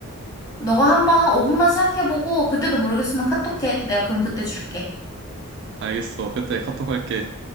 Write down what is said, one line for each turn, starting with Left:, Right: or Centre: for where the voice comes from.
Left: 너가 한번 한 5분만 생각해보고, 그때도 모르겠으면 카톡해. 내가 그럼 그때 줄게.
Right: 알겠어. 그때 카톡 할게.